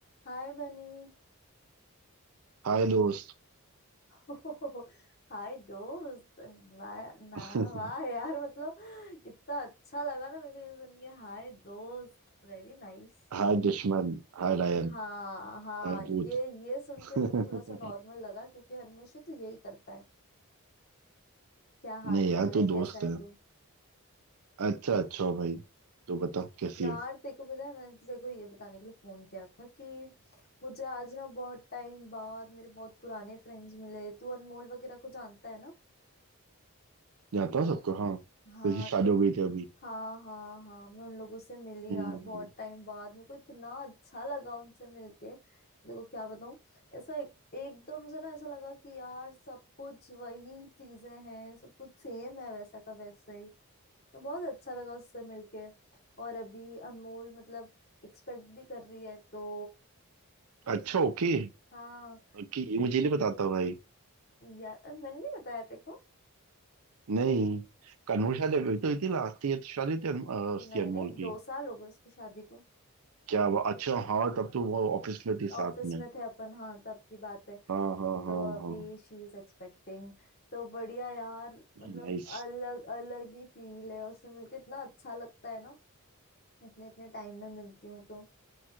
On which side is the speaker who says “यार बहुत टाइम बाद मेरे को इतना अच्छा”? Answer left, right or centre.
Left